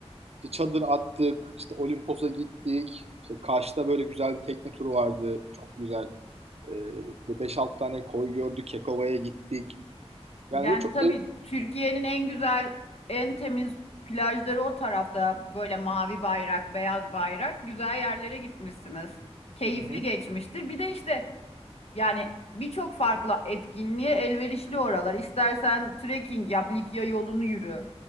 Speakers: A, on the right; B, on the left.
A: İşte çadır attık, işte Olimpos'a gittik. İşte Kaş'ta böyle güzel bir tekne turu vardı. Çok güzel. E, beş 6 tane koy gördük. Kekova'ya gittik. Yani
B: Yani
A: böyle çok
B: tabii Türkiye'nin en güzel, en temiz plajları o tarafta. Böyle mavi bayrak, beyaz bayrak. Güzel yerlere gitmişsiniz. Keyifli
A: eğlenceli.
B: geçmiştir. Bir de işte yani birçok farklı etkinliğe elverişli oralar. İstersen trekking yap, Likya yolunu yürü.